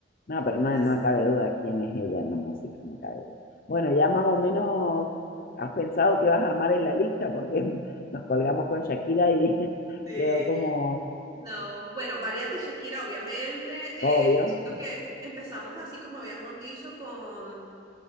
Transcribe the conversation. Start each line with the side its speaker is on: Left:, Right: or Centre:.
Left: no, pero no,
Right: Pero
Left: no
Right: sí.
Left: cabe duda quién es ella en la música, no cabe duda. Bueno, ya más o menos has pensado que vas a armar en la lista, porque <laughs> nos colgamos con Shakira y <laughs>
Right: Sí.
Left: quedó como
Right: No. Bueno, varias de Shakira, obviamente.
Left: obvio.
Right: Eh, yo siento que empezamos así como habíamos dicho con